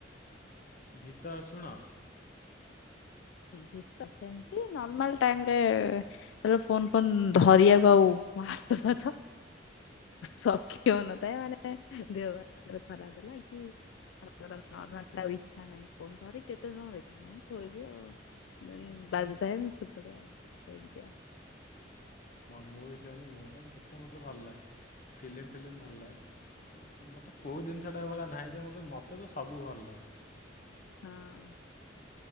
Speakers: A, on the left; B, on the left.
A: ଗୀତ ଶୁଣ।
B: ଗୀତ ସେମତି ନର୍ମାଲ ଟାଇମରେ। ଯୋଉ ଫୋନ୍ ଫୋନ୍ ଧରିଆକୁ ଆଉ ମୋ ହାତ ଫାଥ। ସଖି ହଉ ନଥାଏ ମାନେ ଦେହ ପା କେତେବେଳେ ଖରାପ ହେଲା କି। ଧର ନର୍ମାଲି ଆଉ ଇଛା ନାହିଁ ଫୋନ ଧରି କେତେ ସମୟ ଦେଖିବୁ ମୁଁ ଏମତୀ ଥୋଇଦିଏ ଆଉ। ବାଜ ପାଇନି ଉପରେ ଏମିତିଆ।
A: ମୁଁ ବି ସେମିତି ମୁଁ ତ ଗୀତ ମତେ ଭଲ ଲା ଫିଲ୍ମ ଫ୍ଲିମି ଭଲ ଲଗେ। ଆ ସ୍ ମତେ କୋଉ ଜିନିଷଟା ଏଭଳିଆ ନାହିଁ ଯେ ମତେ ମତେ ତ ସବୁ ଭଲ ଲାଗେ।
B: ହଁ।